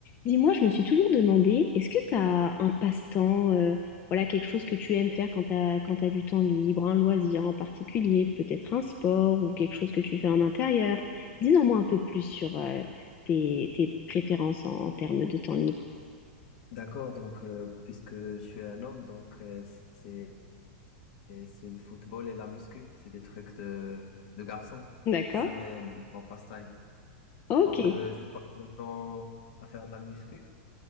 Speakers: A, on the left; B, on the left.
A: Dis-moi, je me suis toujours demandé, est-ce que tu as un passe-temps, euh, voilà, quelque chose que tu aimes faire quand tu as, quand tu du temps libre, un loisir en particulier, peut-être un sport ou quelque chose que tu fais en intérieur? Dis-en-moi un peu plus sur euh, tes, tes préférences en, en termes de temps libre.
B: D'accord, donc euh, puisque je suis un homme, donc euh, c'est et c'est le football et la muscu, c'est des trucs de, de garçon.
A: D'accord?
B: C'est ça mes- mon passe-temps.
A: Ok,
B: Donc euh, je passe mon temps à faire de la muscu,